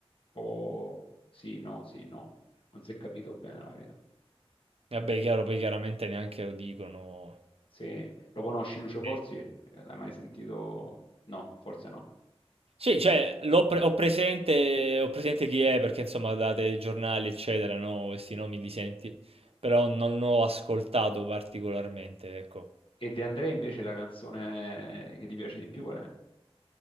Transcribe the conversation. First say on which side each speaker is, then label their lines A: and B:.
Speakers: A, on the left; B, on the right.
A: po' sì, no, sì, no. Non si è capito bene la verità.
B: Vabbè, chiaro, poi chiaramente neanche lo dicono.
A: Se lo conosci Lucio Corsi?
B: Sì,
A: Eh, L'hai mai sentito? No, forse no.
B: Sì, cioè, l'ho pre- ho presente, ho presente chi è perché insomma date giornali, eccetera, no? Questi nomi li senti, però non l'ho ascoltato particolarmente, ecco.
A: E De André invece la canzone che ti piace di più qual è?